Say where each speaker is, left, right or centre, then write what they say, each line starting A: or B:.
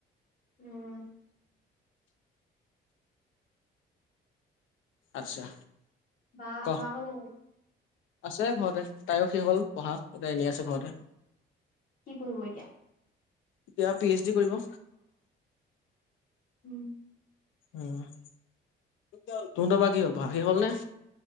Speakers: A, on the left; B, on the left.
A: উম
B: আচ্ছা
A: বা
B: ক
A: বায়েক ৰ লগত গৈ
B: আছে ঘৰতে তাইও সেই হ'ল পঢ়া এতিয়া এনে আছে ঘৰতে
A: কি কৰিব এতিয়া
B: এতিয়া পি এইচ ডি কৰিব
A: উম
B: উম তহতৰ বা কি হ'ল প সেই হল নে